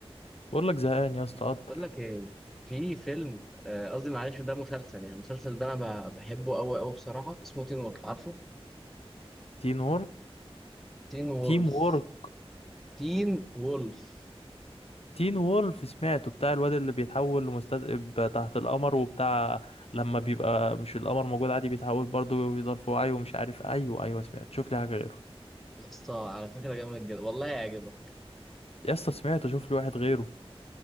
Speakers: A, on the left; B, in the centre.
A: بقول لك زهقان يا اسطى قدر
B: بقول لك ايه في فيلم آه، قصدي معلش ده مسلسل يعني المسلسل ده انا ب- بحبه قوي قوي بصراحة اسمه تين وولف عارفه
A: تين وورك
B: تين وولف
A: تيم وورك
B: تين وولف
A: تين وولف سمعته بتاع الواد اللي بيتحول لمستذئب تحت القمر وبتاع لما بيبقى مش القمر موجود عادي بيتحول برضه بيفضل في وعيه ومش عارف ايوه ايوه سمعت شوف لي حاجه غيره
B: يا اسطى على فكرة جامد جدا والله هيعجبك
A: يا اسطى سمعته شوف لي واحد غيره